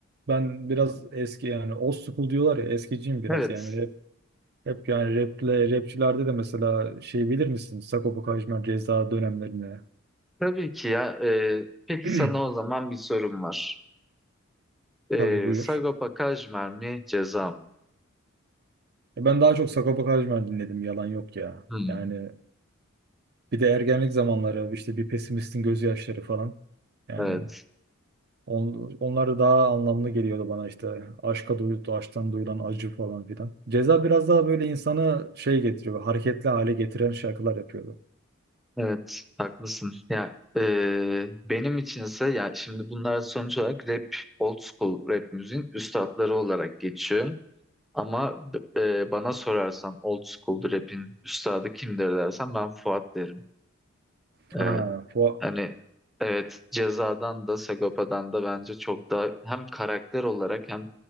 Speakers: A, on the right (about 55°); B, in the centre.
A: Ben biraz eski yani old school diyorlar ya eskiciyim biraz
B: Evet.
A: yani. Hep yani raple, rapçilerde de mesela şey bilir misin? Sagopa Kajmer Ceza dönemlerine.
B: Tabii ki ya. E, peki
A: <clears throat>
B: sana o zaman bir sorum var.
A: Tabii
B: E,
A: buyur.
B: Sagopa Kajmer mi Ceza mı?
A: E Ben daha çok Sagopa Kajmer dinledim yalan yok ya.
B: Hmm,
A: Yani bir de ergenlik zamanları işte bir pesimistin gözyaşları falan. Yani
B: Evet.
A: on, onlar da daha anlamlı geliyordu bana işte. Aşka duyuldu, aşktan duyulan acı falan filan. Ceza biraz daha böyle insanı şey getiriyor, hareketli hale getiren şarkılar yapıyordu.
B: Evet. Haklısın. Ya e, benim içinse ya şimdi bunlar sonuç olarak rap, old school rap müziğin üstatları olarak geçiyor. Ama e, bana sorarsan old school rap'in üstadı kimdir dersen ben Fuat derim.
A: Ha,
B: E,
A: Fuat,
B: hani evet Ceza'dan da Sagopa'dan da bence çok daha hem karakter olarak hem